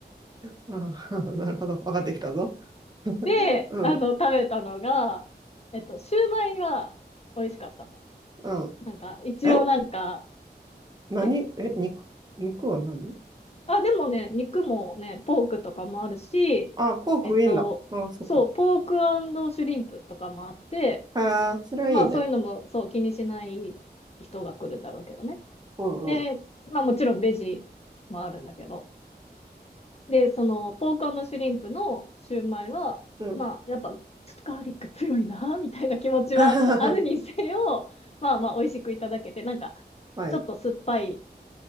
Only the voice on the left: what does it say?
で、
あの、食べたのが、えっと、シューマイは美味しかったの。
なんか、一応なんか、
えあ、でもね、肉もね、ポークとかもあるし、
えっと、
そう、ポークシュリンプとかもあって、
まあそういうのも、そう、気にしない人が来るんだろうけどね。
で、まあもちろんベジもあるんだけど。で、その、ポークシュリンプのシューマイは、
まあやっぱ、ちょっとガーリック強いな、<laughs> みたいな気持ちはあるにせよ、
まあまあ美味しくいただけて、なんか、
ちょっと酸っぱい